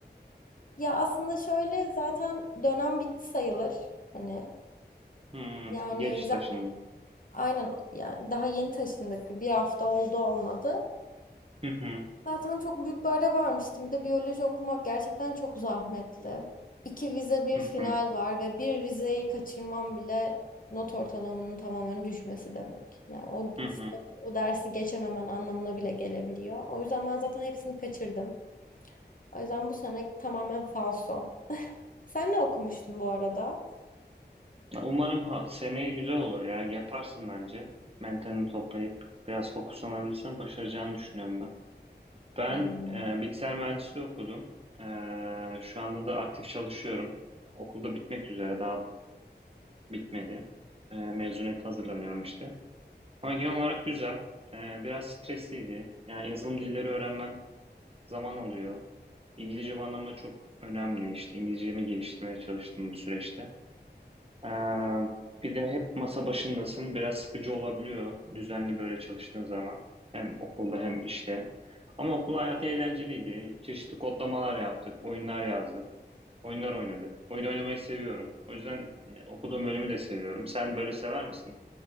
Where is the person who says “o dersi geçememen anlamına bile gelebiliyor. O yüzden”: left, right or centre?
Left